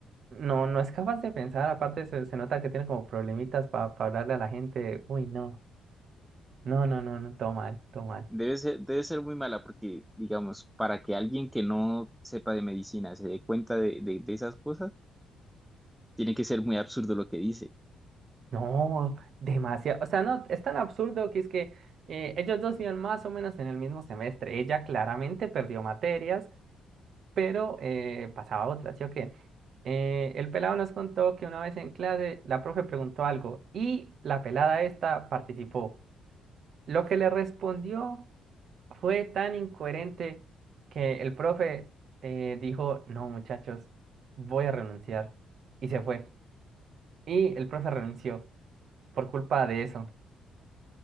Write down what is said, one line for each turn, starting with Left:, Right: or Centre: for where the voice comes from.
Right: no, no es capaz de pensar. Aparte, se, se nota que tiene como problemitas para hablarle a la gente. Uy, no. No, no, no, no, todo mal, todo mal.
Centre: Debe ser, debe ser muy mala porque, digamos, para que alguien que no sepa de medicina se dé cuenta de, de- de esas cosas, tiene que ser muy absurdo lo que dice.
Right: No, demasiado. O sea, no, es tan absurdo que es que eh, ellos dos iban más o menos en el mismo semestre. Ella claramente perdió materias Pero eh, pasaba otra, ¿sí o qué? Eh, el pelado nos contó que una vez en clase la profe preguntó algo y la pelada esta participó. Lo que le respondió fue tan incoherente que el profe eh, dijo, no muchachos, voy a renunciar. Y se fue. Y el profe renunció por culpa de eso.